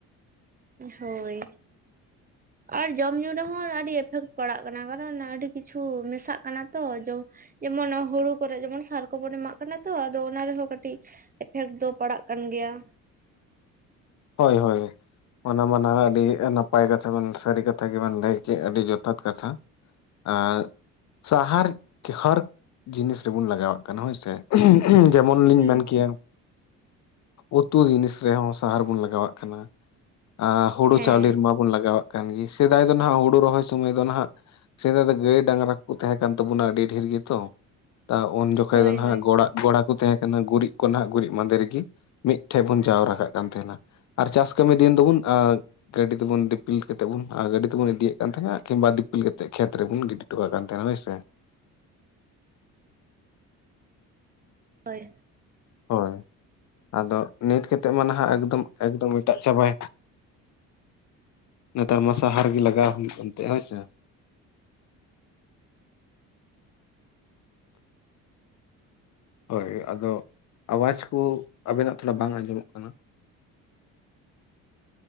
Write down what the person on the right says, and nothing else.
ᱦᱳᱭ ᱟᱨ ᱡᱚᱢ ᱧᱩ ᱨᱮᱦᱚᱸ ᱟᱹᱰᱤ ᱮᱯᱷᱮᱠᱴ ᱯᱟᱲᱟᱜ ᱠᱟᱱᱟ ᱠᱟᱨᱚᱱ ᱟᱹᱰᱤ ᱠᱤᱪᱷᱩ ᱢᱮᱥᱟᱜ ᱠᱟᱱᱟ ᱛᱚ ᱡ ᱡᱮᱢᱚᱱ ᱦᱩᱲᱩ ᱠᱚᱨ ᱡᱮᱢᱚᱱ ᱥᱟᱨ ᱠᱚᱵᱚᱱ ᱮᱢᱟᱜ ᱠᱟᱱᱟ ᱛᱚ ᱟᱫᱚ ᱚᱱᱟ ᱨᱮᱦᱚᱸ ᱠᱟᱹᱴᱤᱡ ᱮᱯᱷᱮᱠᱴ ᱫᱚ ᱯᱟᱲᱟᱜ ᱠᱟᱱ ᱜᱮᱭᱟ
ᱦᱩᱸ
ᱦᱩᱸ
ᱦᱮᱸ
ᱦᱳᱭ
ᱦᱳᱭ
ᱦᱳᱭ